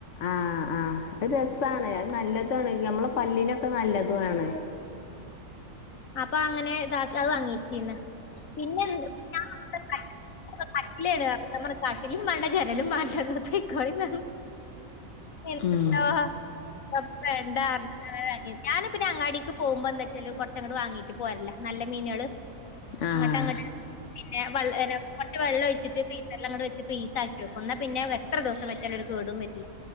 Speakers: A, on the left (about 65°); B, on the left (about 80°).
A: ആഹ് ആഹ് അത് രെസ്സാണ് അത് നല്ലതും ആണ് നമ്മളെ പല്ലിനാ ഒക്കെ നല്ലതും ആണ്
B: അപ്പൊ അങ്ങനെ ഇതാക്കി അത് വാങ്ങിച്ചീന്ന് പിന്നെ <unintelligible> കാട്ടിലും മാണ്ട ജനലും മാണ്ടാ ഇങ്ങള് പൊയ്ക്കോളിന്ന് പറ പിന്നട്ട
A: ഉം
B: അപ്പൊ വേണ്ടാ പറഞ്ഞ് ഏഹ് വാങ്ങി ഞാനി പിന്നെ അങ്ങാടിക്ക് പോവുമ്പോ എന്താച്ചാല് കൊറച്ച് അങ്ങ്ട് വാങ്ങീട്ട് പോരലാ നല്ല മീനേള്
A: ആഹ്
B: ഇങ്ങട്ടാങ്ങ പിന്നെ വ <unintelligible> കൊറച്ച് വെള്ളം ഒഴിച്ചിട്ട് ഫ്രീസറിലാങ്ങ്ട് വെച്ച് ഫ്രീസാക്കി വെക്കും എന്നാ പിന്നെ എത്ര ദിവസം വെച്ചാലും ഒരു കേ കേടും വെരില്ല